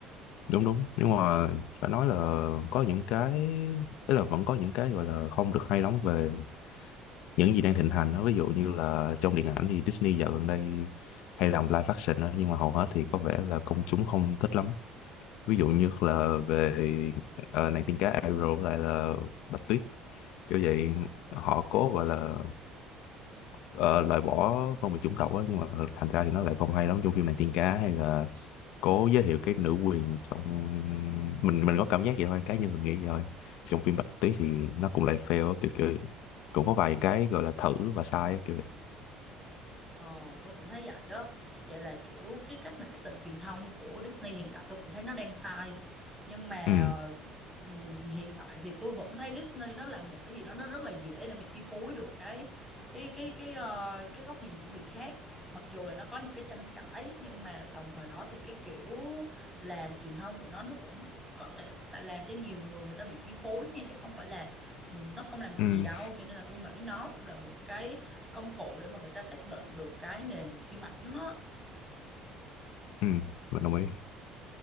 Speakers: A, on the left; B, in the centre.
A: đúng đúng nhưng mà phải nói là có những cái ấy là vẫn có những cái gọi là không được hay lắm về những gì đang thịnh hành đó ví dụ như là trong điện ảnh thì Disney dạo gần đây hay làm live action đó nhưng mà hầu hết thì có vẻ là công chúng không thích lắm ví dụ như là về ờ, nàng tiên cá Ariel với lại là Bạch Tuyết kiểu vậy họ cố gọi là ờ, loại bỏ phân biệt chủng tộc á nhưng mà thành ra thì nó lại không hay lắm trong phim nàng tiên cá hay là cố giới thiệu cái nữ quyền trong mình mình có cảm giác vậy thôi cá nhân mình nghĩ vậy thôi trong phim Bạch Tuyết thì nó cũng lại fail á, kiểu kiểu vậy. cũng có vài cái gọi là thử và sai á, kiểu vậy.
B: Ờ, tôi cũng thấy vậy á. Vậy là kiểu cái cách mà xác định truyền thông của Disney hiện tại tôi cũng thấy nó đang sai. Nhưng mà
A: ừ
B: ờ, ừm, hiện tại thì tôi vẫn thấy Disney nó là một cái gì đó nó rất là dễ để mà chi phối được cái cái cái cái ờ, cái góc nhìn của người khác. Mặc dù là nó có những cái tranh cãi nhưng mà đồng thời đó thì cái kiểu làm truyền thông của nó nó cũng có thể là làm cho nhiều người người ta bị chi phối nha chứ không phải là ừm, nó không làm được
A: ừ
B: gì đâu. Cho nên là tôi nghĩ nó cũng là một cái công cụ để mà người ta xác định được cái nền phim ảnh á
A: ừ mình đồng ý